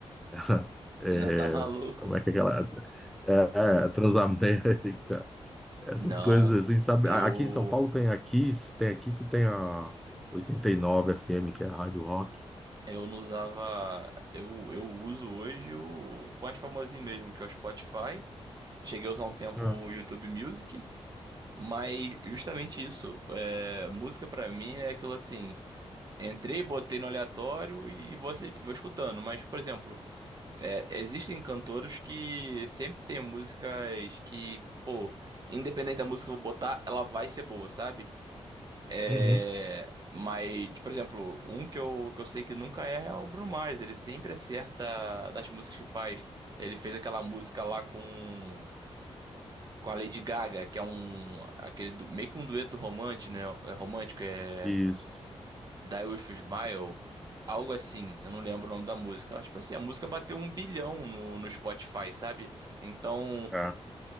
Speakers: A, in the centre; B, on the right (about 40°).
A: <laughs> é,
B: não tá maluco?
A: como é que é aquela é, é, Transamérica, <laughs> essas
B: Não,
A: coisas assim, sabe?
B: eu
A: A- Aqui em São Paulo tem a Kiss, tem a Kiss e tem a 89 FM, que é a Rádio Rock.
B: eu não usava, eu, eu uso hoje o mais famosinho mesmo, que é o Spotify. Cheguei a usar um tempo
A: Ah,
B: o YouTube Music, mas justamente isso, é, música pra mim é aquilo assim, entrei, botei no aleatório e vou, assi- vou escutando, mas por exemplo, É, existem cantores que sempre tem músicas que, pô, independente da música que eu vou botar, ela vai ser boa, sabe? É,
A: uhum.
B: mas, por exemplo, um que eu, que eu sei que nunca erra é o Bruno Mars. Ele sempre acerta nas músicas que faz. Ele fez aquela música lá com, com a Lady Gaga, que é um, aquele, du- meio que um dueto romântico, né? É Romântico, é
A: Isso.
B: Die With a Smile, algo assim, eu não lembro o nome da música. Mas, tipo assim, a música bateu um bilhão no, no Spotify, sabe? Então,
A: é.